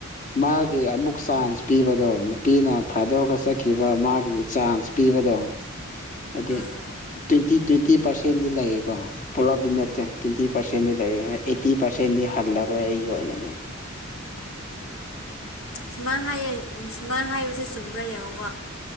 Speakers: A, on the left; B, on the left.
A: ꯃꯥꯒꯤ ꯑꯃꯨꯛ ꯆꯥꯟꯁ ꯄꯤꯕꯗꯣ ꯅꯨꯄꯤꯅ ꯊꯥꯗꯣꯛꯑꯒ ꯆꯠ ꯀꯈꯤꯕ ꯃꯥꯒꯤ ꯆꯥꯟꯁ ꯄꯤꯕꯗꯣ ꯍꯥꯏꯗꯤ
B: ꯑꯥ
A: ꯇ꯭ꯋꯦꯟꯇꯤ ꯇ꯭ꯋꯦꯟꯇꯤ ꯄꯥꯔꯁꯦꯟꯗꯤ ꯂꯩꯌꯦꯀꯣ ꯄꯨꯂꯞꯕꯤ ꯅ ꯇ꯭ꯋꯦꯟꯇꯤ ꯄꯥꯔꯁꯦꯟꯗꯤ ꯂꯩ ꯑꯩꯠꯇꯤ ꯄꯥꯔꯁꯦꯟꯗꯤ ꯍꯜꯂꯔꯣꯏ ꯑꯩꯒꯤ ꯑꯣꯏꯅꯗꯤ
B: ꯁꯨꯃꯥꯏꯅ ꯍꯥꯏꯌꯦ ꯁꯨꯃꯥꯏꯅ ꯍꯥꯏꯕꯕꯁꯤ ꯆꯨꯝꯕ꯭ꯔꯥ ꯌꯦꯡꯉꯣꯀꯣ